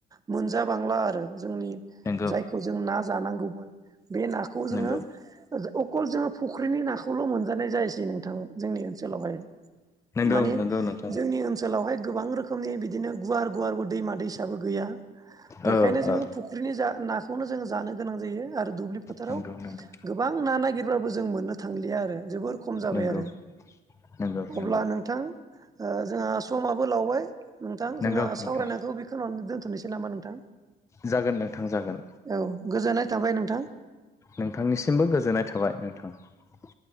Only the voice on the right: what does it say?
मोनजा बांला आरो। जोंनि
जायखौ जों ना जानांगौमोन बे नाखौ जोङो
अखल जोङो फुख्रिनि नाखौल' मोनजानाय जायसै नोंथांमोन। जोंनि ओनसोलावहाय
माने
जोंनि ओनसोलावहाय गोबां रोखोमनि बिदिनो गुवार गुवारबो दैमा दैसाबो गैया
बेखायनो जोङो
फुख्रिनि ना नाखौनो जोंङो जानो गोनां जायो आरो दुब्लि फोथाराव
गोबां ना नागिरबाबो जो जों मोननो थांलिया आरो जोबोर खम जाबाय
आरो
अब्ला नोंथां जोंहा समाबो लावबाय नोंथां
जोंहा
सावरायनायखौ बेखौनानो दोन्थ'नोसै नामा नोंथां।
औ गोजोननाय थाबाय नोंथां